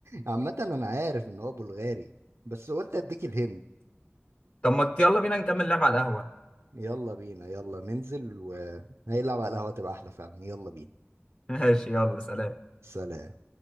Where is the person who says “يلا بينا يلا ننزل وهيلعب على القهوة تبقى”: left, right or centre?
Right